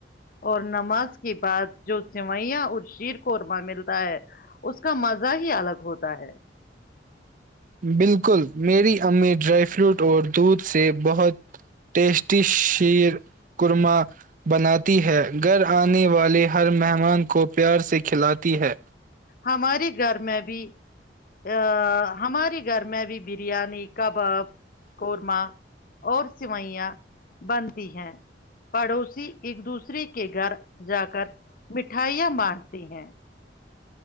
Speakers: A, on the left; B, on the right.
A: اور نماز کے بعد جو سوئیاں اور شیر قورما ملتا ہے اس کا مزہ ہی الگ ہوتا ہے
B: بالکل میری امی ڈرائی فروٹ اور دودھ سے بہت ٹیسٹی شیر قورما بناتی ہے گھر آنے والے ہر مہمان کو پیار سے کھلاتی ہے
A: ہماری گھر میں بھی ا ہماری گھر میں بھی برییاانی کباب قورما اور سوئیاں بنتی ہیں پڑوسی ایک دوسرے کے گھر جا کر مٹھائیاں باندتی ہیں